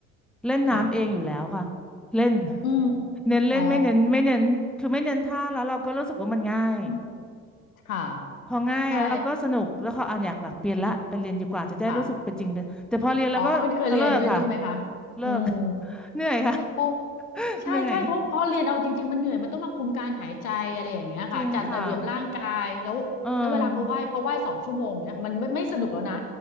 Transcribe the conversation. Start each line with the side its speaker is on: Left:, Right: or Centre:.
Centre: เล่นน้ำเองอยู่แล้วค่ะ
Left: ค่ะ
Centre: เล่น
Left: อืม
Centre: เน้นเล่นไม่เน้นไม่เน้นคือไม่เน้นท่าแล้วเราก็รู้สึกว่ามันง่าย
Left: อ๋ออืมค่ะ
Centre: พอง่ายแล้วก็สนุกแล้วเขาอ่านอยากหลักเปลี่ยนละไปเรียนดีกว่าจะได้รู้สึกเป็นจริงเป็นแต่พอเรียนแล้วก็ก็เลิกค่ะ
Left: ใช่ค่ะอ๋อเอาเคยเรียนด้วยใช่ไหมคะ
Centre: เลิก
Left: อืม
Centre: <laughs> เหนื่อยค่ะ
Left: โพ้า
Centre: <laughs>
Left: ใช่ใช่เพราะเพราะเรียนเอาจริงๆมันเหนื่อยมันต้องมาคุมการหายใจอะไรอย่างเงี้ยค่ะจัดระเบียบร่างกายแล้วแล้วเวลาเขาไหว้เขาไหว้สองชั่วโมงเนี้ยค่ะมันไม่ไม่สนุกแล้วนะ
Centre: เหนื่อยจริงค่ะเออ